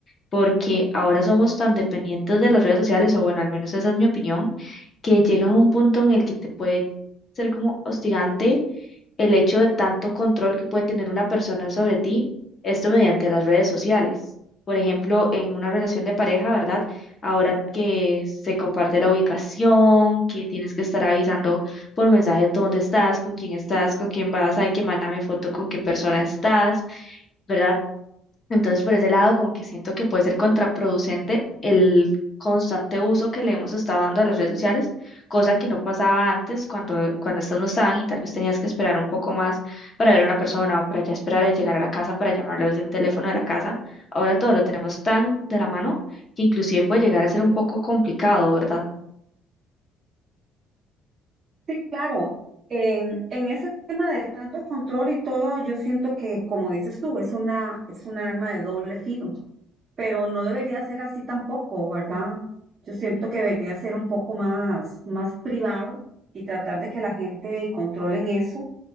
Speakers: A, on the left (about 25°); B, on the right (about 30°).
A: Porque ahora somos tan dependientes de las redes sociales, o bueno, al menos esa es mi opinión, que llegan a un punto en el que te puede ser como hostigante el hecho de tanto control que puede tener una persona sobre ti, esto mediante las redes sociales. Por ejemplo, en una relación de pareja, ¿verdad? Ahora que se comparte la ubicación, que tienes que estar avisando por mensajes dónde estás, con quién estás, con quién vas, hay que mándame foto con qué persona estás. ¿verdad? Entonces, por ese lado, como que siento que puede ser contraproducente el constante uso que le hemos estado dando a las redes sociales, cosa que no pasaba antes cuando, cuando estas no estaban y tal vez tenías que esperar un poco más para ver a una persona o para ya esperar a llegar a la casa para llamarlos de un teléfono de la casa. Ahora todo lo tenemos tan de la mano que inclusive puede llegar a ser un poco complicado, ¿verdad?
B: Sí, claro. En, en ese tema de tanto control y todo, yo siento que, como dices tú, es una, es una arma de doble filo. pero no debería ser así tampoco, ¿verdad? Yo siento que debería ser un poco más, más privado y tratar de que la gente controle en eso.